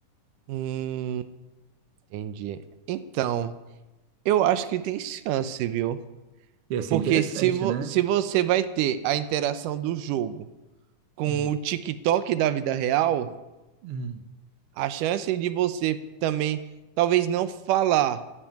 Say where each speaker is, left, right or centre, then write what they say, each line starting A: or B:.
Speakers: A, on the right; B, on the right.
A: Hum, entendi. Então, eu acho que tem chance, viu?
B: Ia ser
A: Porque
B: interessante,
A: se, vo
B: né?
A: se você vai ter a interação do jogo com
B: Hum,
A: o TikTok da vida real,
B: hum.
A: a chance de você também, talvez não falar,